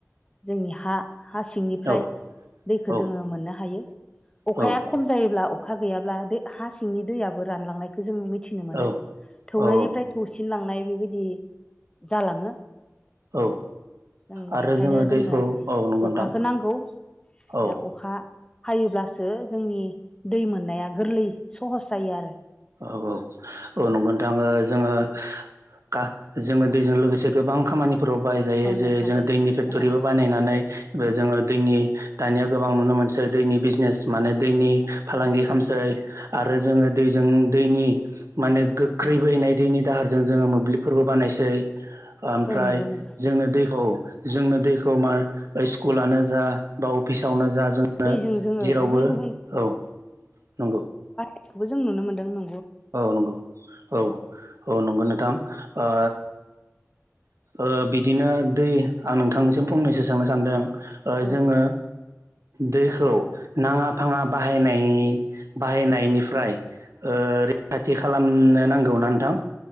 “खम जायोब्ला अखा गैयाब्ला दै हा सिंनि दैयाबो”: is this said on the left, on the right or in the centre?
Left